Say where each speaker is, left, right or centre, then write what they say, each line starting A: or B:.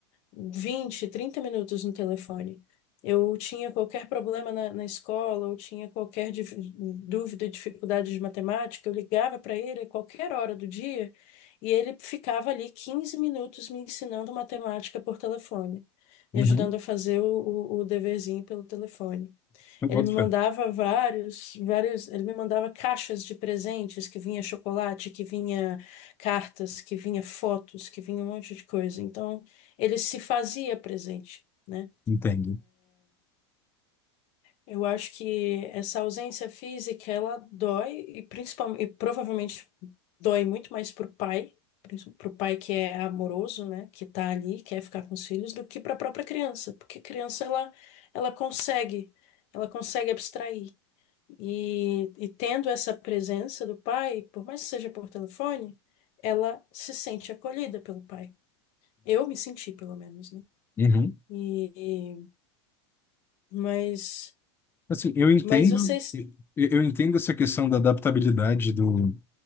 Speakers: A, on the left (about 50°); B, on the left (about 15°).
A: 20 30 minutos no telefone. Eu tinha qualquer problema na, na escola, eu tinha qualquer dif- dúvida, dificuldade de matemática, eu ligava para ele a qualquer hora do dia e ele ficava ali 15 minutos me ensinando matemática por telefone, me
B: Uhum.
A: ajudando a fazer o, o, o deverzinho pelo telefone.
B: Eu
A: Ele
B: boto
A: me mandava
B: fé.
A: vários, vários, ele me mandava caixas de presentes que vinha chocolate, que vinha cartas, que vinha fotos, que vinha um monte de coisa. Então, ele se fazia presente, né?
B: Entendo.
A: Eu acho que essa ausência física, ela dói e principalmente, e provavelmente dói muito mais pro pai, princi- pro pai que é amoroso, né, que tá ali, quer ficar com os filhos, do que para a própria criança, porque criança ela ela consegue, ela consegue abstrair. E, e tendo essa presença do pai, por mais que seja por telefone, ela se sente acolhida pelo pai. Eu me senti, pelo menos, né?
B: Uhum.
A: E, e- mas,
B: Assim, eu entendo,
A: mas vocês.
B: eu, eu entendo essa questão da adaptabilidade do,